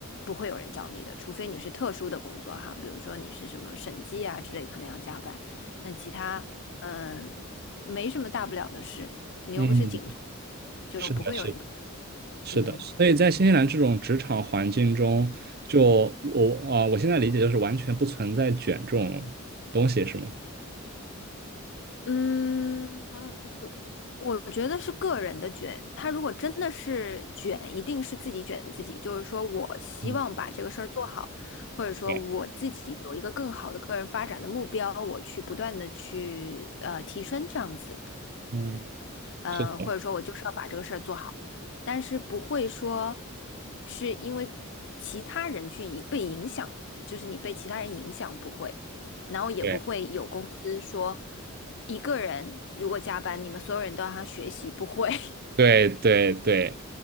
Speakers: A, on the left; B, on the right.
A: 不会有人找你的，除非你是特殊的工作哈，比如说你是什么审计啊之类，可能要加班。那其他嗯没什么大不了的事，你又不是警察，
B: 嗯，
A: 就不会有人找。
B: 是的，是的是的，
A: 嗯
B: 所以在新西兰这种职场环境中，就我啊、呃我现在理解就是完全不存在卷这种东西，是吗？
A: 嗯，我觉得是个人的卷，他如果真的是卷，一定是自己卷自己。就是说我希望把这个事儿做好，
B: 嗯，
A: 或者说我自己有一个更好的个人发展的目标，
B: 对，
A: 我去不断的去呃提升这样子。
B: 嗯，
A: 嗯，
B: 是的，
A: 呃或者说我就是要把这个事儿做好，但是不会说是因为其他人去影被影响，就是你被其他人影响不会，然后也不会有公司说
B: 对。
A: 一个人如果加班，你们所有人都让他学习，不会。<laughs>
B: 对对对，